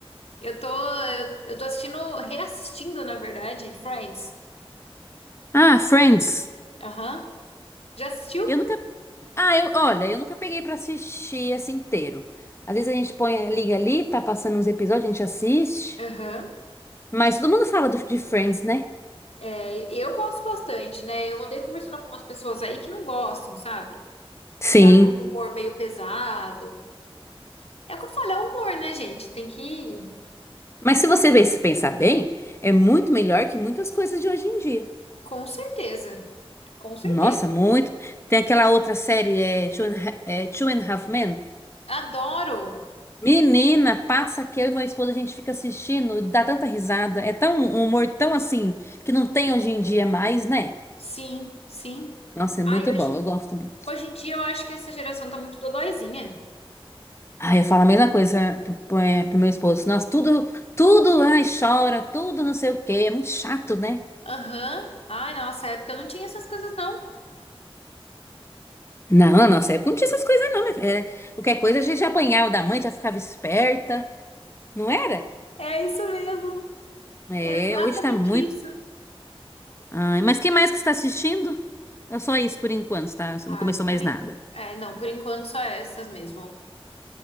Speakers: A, on the left; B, on the left.
A: Eu tô, eu, eu tô assistindo, reassistindo, na verdade, Friends.
B: Ah, Friends.
A: Aham. Já assistiu?
B: Eu nunca Ah, eu, olha, eu nunca peguei pra assistir assim inteiro. Às vezes a gente põe, liga ali, tá passando uns episódios, a gente assiste.
A: Aham.
B: Mas todo mundo fala do- de Friends, né?
A: É, eu gosto bastante, né? Eu andei conversando com umas pessoas aí que não gostam, sabe?
B: Sim.
A: Que acham o humor meio pesado. É o que eu falo, é o humor, né, gente? Tem que. ir.
B: Mas se você vê- se pensar bem, é muito melhor que muitas coisas de hoje em dia.
A: Com certeza. Com certeza.
B: Nossa, muito. Tem aquela outra série, é Two and, Ha- é, Two and a Half Men.
A: Adoro.
B: Menina, passa que eu e meu esposo a gente fica assistindo, dá tanta risada. É tão um humor tão assim que não tem hoje em dia mais, né?
A: Sim, sim.
B: Nossa, é muito
A: Ai, hoje,
B: bom.
A: em-
B: Eu gosto também.
A: hoje em dia eu acho que essa geração tá muito dodóizinha.
B: Aí eu falo a mesma coisa pro, pro é, pro meu esposo. Nossa, tudo, tudo, ai, chora, tudo não sei o quê. É muito chato, né?
A: Aham. Ai, nossa época não tinha essas coisas, não.
B: Não, na nossa época não tinha essas coisas, não, minha filha. Era- Qualquer coisa a gente já apanhava da mãe, já ficava esperta. Não era?
A: É isso mesmo,
B: É,
A: exatamente
B: hoje tá muito.
A: isso.
B: Ai, mas que mais que você tá assistindo? É só isso por enquanto, tá? Você
A: Ah,
B: não começou
A: por
B: mais
A: en-
B: nada.
A: é, não, por enquanto só essas mesmo.